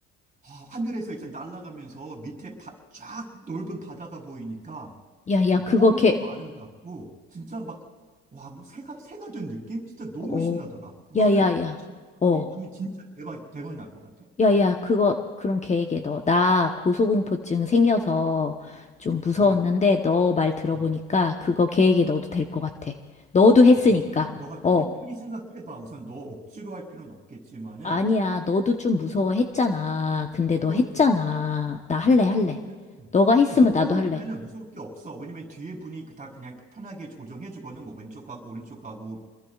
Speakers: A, on the right (about 25°); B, on the left (about 25°).
A: 아, 하늘에서 이제 날아가면서 밑에 바, 쫙 넓은 바다가 보이니까
B: 야, 야,
A: 너무너무
B: 그거 걔,
A: 아름답고 진짜 막 와, 뭐 새가 새가 된 느낌? 진짜 너무
B: 어,
A: 신나더라. 그거는
B: 야야야,
A: 진짜
B: 어,
A: 우리 하면 진짜 대박 대박 날 것 같아.
B: 야야, 그거, 그런 계획에 넣어. 나 고소공포증 생겨서 좀
A: 아,
B: 무서웠는데
A: 그래.
B: 너 말 들어보니까
A: 어.
B: 그거 계획에 넣어도 될 것 같아. 너도 했으니까.
A: 어, 진짜 우선 너가 편히
B: 어,
A: 편히 생각해 봐. 우선 너 억지로 할 필요는 없겠지만은
B: 아니야, 너도 좀 무서워했잖아. 근데 너
A: 그러니까.
B: 했잖아. 나 할래,
A: 어.
B: 할래.
A: 예, 어.
B: 너가 했으면
A: 우선 떠오르면은
B: 나도 할래.
A: 무서울 게 없어. 왜냐면 뒤에 분이 그 다 그냥 편하게 조정해 주거든. 뭐 왼쪽 가고 오른쪽 가고